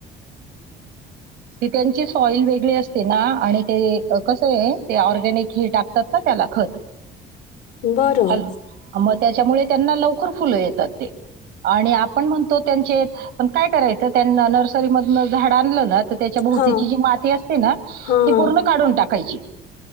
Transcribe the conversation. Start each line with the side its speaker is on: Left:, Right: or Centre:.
Right: ती त्यांची सॉईल वेगळी असते ना, आणि ते कसेय ते ऑरगॅनिक ही टाकतात ना त्याला खत
Left: बरं
Right: हल मग त्याच्यामुळे त्यांना लवकर फुलं येतात ते, आणि आपण म्हणतो त्यांचे काय करायच, त्यांना नर्सरी मधनं झाड आणलं ना तर त्याच्या भोवतीची
Left: हा
Right: जी माती असते ना
Left: हा
Right: ती
Left: हा
Right: पूर्ण काढून टाकायची.